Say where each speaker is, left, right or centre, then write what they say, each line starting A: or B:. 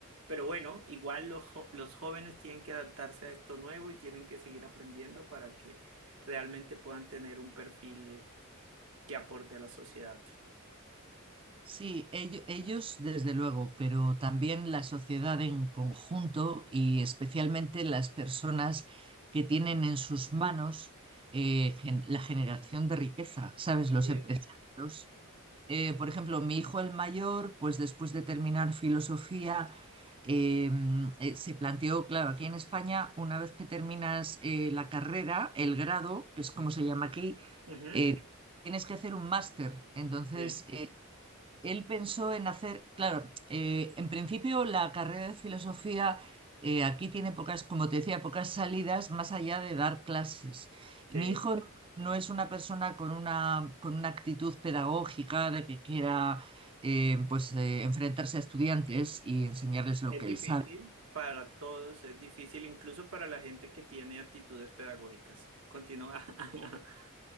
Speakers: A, on the right; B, on the right.
A: Pero bueno, igual los, jo- los jóvenes tienen que adaptarse a esto nuevo y tienen que seguir aprendiendo para que realmente puedan tener un perfil que aporte a la sociedad.
B: Sí, ello- ellos, desde luego, pero también la sociedad en conjunto y especialmente las personas que tienen en sus manos eh, gen- la generación de riqueza, ¿sabes?
A: Así
B: Los empresarios.
A: es.
B: Eh, por ejemplo, mi hijo el mayor, pues después de terminar filosofía, eh, eh, se planteó, claro, aquí en España, una vez que terminas eh, la carrera, el grado, que es como se llama aquí,
A: Ujú,
B: eh, tienes que hacer un máster. Entonces,
A: Sí,
B: él pensó en hacer, claro, eh, en principio la carrera de filosofía eh, aquí tiene pocas, como te decía, pocas salidas más allá de dar clases.
A: sí.
B: Y Mi hijo no no es una persona con una, con una actitud pedagógica de que quiera eh, pues, eh, enfrentarse a estudiantes y enseñarles lo
A: Es
B: que
A: difícil
B: él sabe.
A: para todos, es difícil incluso para la gente que tiene actitudes pedagógicas. Continúa. <laughs>